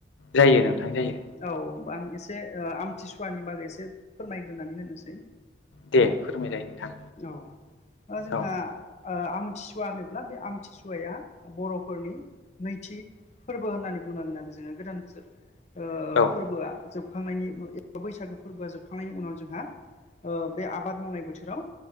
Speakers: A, on the left; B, on the left.
A: जायो नोंथां जायो
B: औ हबा आं एसे ओ आमथिसुवानि बागै एसे फोरमायग्रोनानै होनोसै
A: दे फोरमायजायो नोंथां
B: औ दा जोंहा
A: औ
B: ओ आमथिसुवा होनोब्ला बे आमथिसुवाया बर'फोरनि नैथि फोरबो होननानै बुंनांगोन आरो जोङो गोदान बोसोर ओ
A: औ
B: फोरबोआ जोबखांनायनि एबा बैसागो फोरबोआ जोबखांनायनि उनाव जोंहा ओ बे आबाद मावनाय बोथोराव